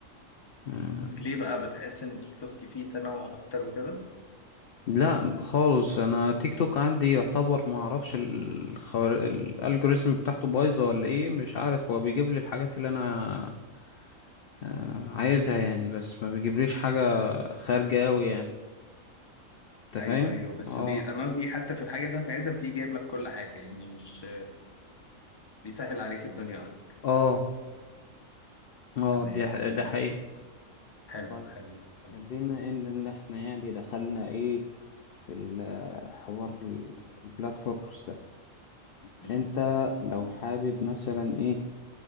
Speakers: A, on the left; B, on the left.
A: آه،
B: تيك توك ليه بقى بتحس إن تيك توك فيه تنوع أكتر وكده؟
A: لا خالص انا تيك توك عندي يعتبر ما اعرفش الخوار... الالجوريزم بتاعته بايظة ولا ايه مش عارف هو بيجيب لي الحاجات اللي انا آه، عايزها يعني بس ما بيجيبليش حاجة خارجة اوي يعني انت
B: أيوه
A: فاهم
B: أيوه بس
A: اه
B: بي... أنا قصدي حتى في الحاجة اللي أنت عايزها بتلاقيه جايب لك كل حاجة يعني مش بيسهل عليك الدنيا أكتر
A: اه اه
B: تمام
A: دي ح-
B: حلو
A: ده حقيقة
B: حلو
A: طيب
B: حلو حلو
A: بما ان إن احنا يعني دخلنا ايه في الحوار البلاتفورمز ده،
B: مم.
A: انت لو حابب مثلا ايه